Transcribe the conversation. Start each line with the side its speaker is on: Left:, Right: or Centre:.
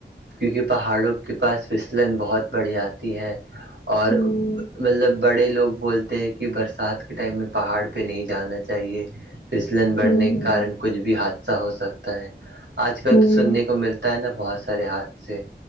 Right: کیونکہ پہاڑوں کے پاس فسلن بہت بڑھی جی ہے اور
Left: ہوں
Right: مطلب بڑے لوگ بولتے ہیں کہ برسات کے ٹائم میں پہاڑ نہیں جانا چاہیے فسلن بڑھنے
Left: ہوں
Right: کے
Left: ہوں
Right: کارن کو بھی حادثہ ہو سکتا ہے آج کل
Left: ہوں
Right: تو سننے کا ملتا ہے نا بہت سارے ہاتھ سے